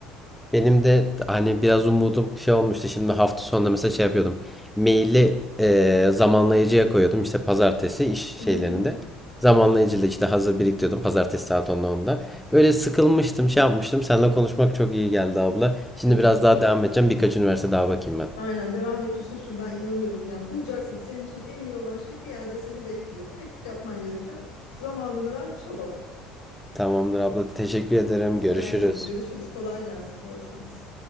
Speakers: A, in the centre; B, on the left (about 80°).
A: Benim de hani biraz umudum şey olmuştu. Şimdi hafta sonunda mesela şey yapıyordum. Maili e, zamanlayıcıya koyuyordum. İşte pazartesi iş şeylerinde.
B: Hı hı.
A: Zamanlayıcıyla işte hazır biriktiriyordum. Pazartesi saat onda onda. Böyle sıkılmıştım şey yapmıştım. Seninle konuşmak çok iyi geldi abla. Şimdi
B: Yok.
A: biraz
B: yok.
A: daha devam edeceğim. Birkaç üniversite daha bakayım ben.
B: Aynen devam et Yusuf'cum ben inanıyorum bu yani bulacaksın. Senin için en iyi olan şey bir yerde seni bekliyor. Tek yapman gereken zamanını ver, çabala.
A: Tamamdır abla. Teşekkür
B: Tamam.
A: ederim.
B: Rica
A: Görüşürüz.
B: ederim. Görüşürüz. Kolay gelsin. Bol şans.